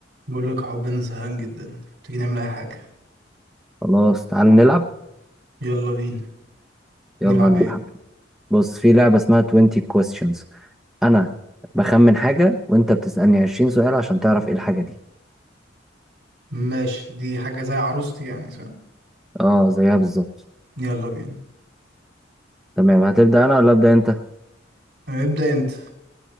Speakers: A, on the right; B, in the centre.
A: بقول لك يا حب انا زهقان جدا تيجي نعمل اي حاجه
B: خلاص تعال نلعب
A: يلا بينا
B: يلا
A: نلعب
B: نلعب
A: ايه
B: بص في لعبة اسمها 20 questions انا بخمن حاجة وانت بتسألني 20 سؤال عشان تعرف ايه الحاجة دي
A: ماشي دي حاجه زي عروستي يعني صح
B: اه زيها بالظبط
A: يلا بينا
B: تمام هتبدأ انا ولا ابدأ انت
A: ابدا انت